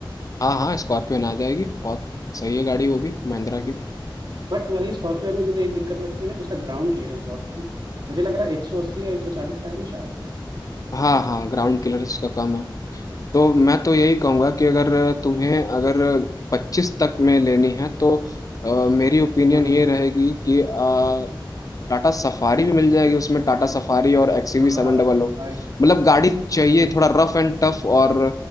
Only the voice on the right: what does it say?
बट वही स्कॉर्पियो एन में मुझे एक दिक्कत लगती है ना कि उसका ग्राउंड क्लियरेंस बहुत कम है मुझे लग रहा है एक सौ अस्सी या एक सौ चालीस का है ना शायद
हाँ हाँ
हाँ
हाँ,
अरे,
हम्म,